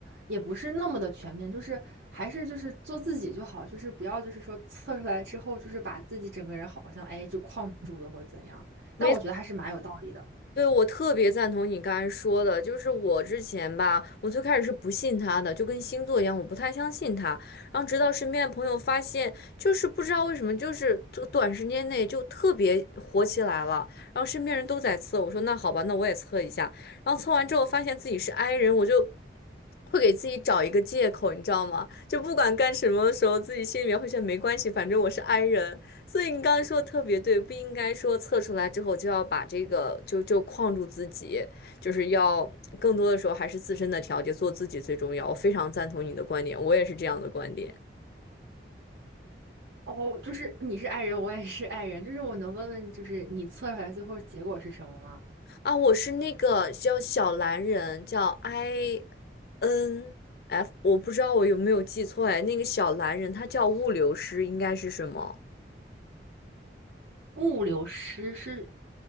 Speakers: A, on the right; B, on the left.
A: 也不是那么的全面，就是还是就是做自己就好，就是不要就是说测出来之后就是把自己整个人好像哎就框住了或者怎样，但我觉得还是蛮有道理的。
B: 没。对，我特别赞同你刚才说的，就是我之前吧，我最开始是不信他的，就跟星座一样，我不太相信他。然后直到身边的朋友发现，就是不知道为什么，就是这短时间内就特别火起来了。然后身边人都在测，我说那好吧，那我也测一下。然后测完之后发现自己是 i 人，我就会给自己找一个借口，你知道吗？就不管干什么的时候，自己心里面会觉得没关系，反正我是 i 人。所以你刚刚说的特别对，不应该说测出来之后就要把这个就就框住自己，就是要更多的时候还是自身的调节，做自己最重要。我非常赞同你的观点，我也是这样的观点
A: 哦，就是你是 i 人，我也是 i 人，就是我能问问，就是你测出来最后结果是什么吗？
B: 啊。我是那个叫小蓝人，叫 I N F，我不知道我有没有记错哎，那个小蓝人他叫物流师，应该是什么？
A: 物流师是